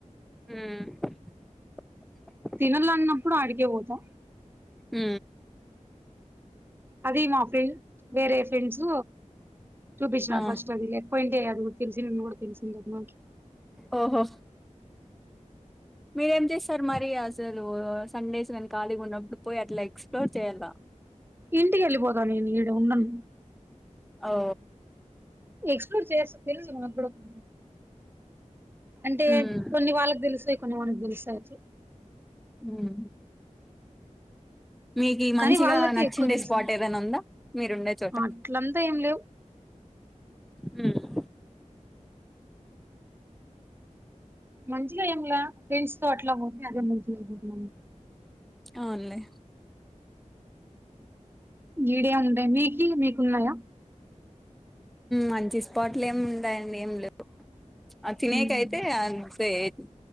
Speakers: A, in the centre; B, on the right.
A: ఆ
B: తినలే అన్నప్పుడు అడిగే పోతా
A: ఉ
B: అది మా ఫె వేరే ఫ్రెండ్స్ చూపించినారు
A: ఆ
B: ఫస్ట్ అది లేకపోయి ఉంటే అది కూడా తెలిసి మే కూడా తెలిసింది కదకి
A: ఓహో మీరేం చేస్తారు మరి అసలు సండేస్ కానీ ఖాళీగా ఉన్నప్పుడు పోయి అట్లా ఎక్స్ప్లోర్ చెయ్యాలిగా
B: ఇంటికి వెళ్లిబోదా నేను ఈడ ఉండను
A: ఓ
B: ఎక్స్ప్లోర్ చేసు తెలుదు మన కూడా కొ అంటే
A: మ్మ్
B: కొన్ని వాళ్ళకి తెలుస్తాయి కొన్ని మనకు తెలుస్తాయివచ్చు
A: ఆ మీకి మంచిగా
B: కానీ వాళ్ళకి
A: నచ్చిందే
B: ఎక్కువ తెలుసు
A: స్పాట్ ఏదైనా ఉందా మీరుండే చోట
B: అట్లంతా ఏం లేవు
A: హ
B: మంచిగా ఏంలా ఫ్రెండ్స్ తో అట్లా పోతే అదే మంచిగా అయిపోతున్నాం
A: అవులే
B: ఈడియా ఉంటయి మీకి మీకున్నాయా
A: మంచి స్పాట్లు ఏమి ఉంటాయండి ఏం లేవు ఆ తినేటిఅయితే
B: హ్మ్
A: అంతే ఎత్